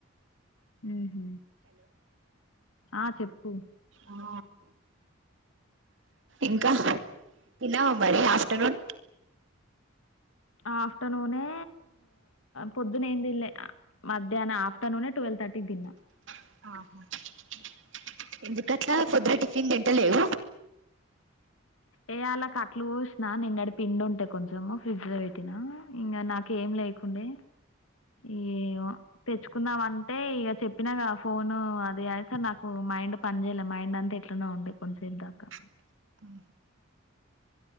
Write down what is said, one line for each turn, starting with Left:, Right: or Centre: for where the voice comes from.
Left: ఉహు ఆ చెప్పు
Right: ఆ ఇంకా తిన్నావా మరి ఆఫ్టర్నూన్
Left: ఆఫ్టర్నూనే పొద్దున ఏందిన్లె మధ్యాహ్న ఆఫ్టర్నూనే ట్వల్ థర్టీకి తిన్నా
Right: <unintelligible> ఎందుకట్లా పొద్దున టిఫిన్ తింట లేవు
Left: ఏ అలా కట్లు పోసిన నిన్నడి పిండి ఉంటే కొంచెం ఫ్రిడ్జ్ లో పెట్టినా ఇంకా నాకేం లే కుండే ఏమో తెచ్చుకున్నాం అంటే ఇక చెప్పినాగ ఫోను అది అ యితే నాకు మైండ్ పని చేయలే మైండ్ అంత త ఎట్లనో ఉండే కొంచసేప్ దాకా
Right: అ